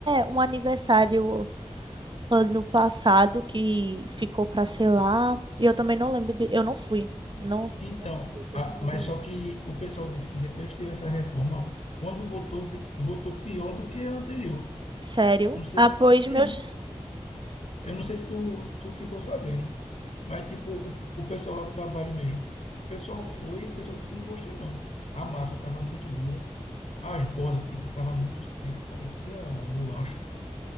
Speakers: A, on the right; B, on the left.
A: um aniversário ano passado que ficou pra ser lá, e eu também não lembro de, eu não fui. Não
B: então,
A: tive oportunidade
B: a- mas
A: de ir.
B: só que o pessoal disse que depois que teve essa reforma, quando votou, vi- votou pior do que a anterior.
A: Sério?
B: Não sei,
A: Ah,
B: se-
A: pois
B: sim,
A: meus.
B: eu não sei se tu, tu ficou sabendo, mas tipo, o, o pessoal lá do trabalho mesmo. O pessoal foi e o pessoal disse que não gostou, não. A massa tava muito dura, as bordas, tipo, tava muito seca, parecia bolacha,